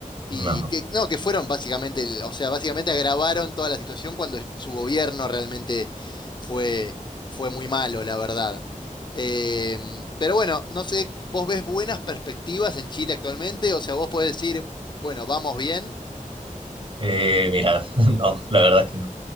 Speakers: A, on the left; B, on the right.
A: Y
B: no.
A: que, no, que fueron básicamente, el- o sea, básicamente agravaron toda la situación cuando su gobierno realmente fue, fue muy malo, la verdad. Em, pero bueno, no sé, ¿vos ves buenas perspectivas en Chile actualmente? O sea, vos podés decir, bueno, vamos bien.
B: Eh, mira, <laughs> no, la verdad es que no.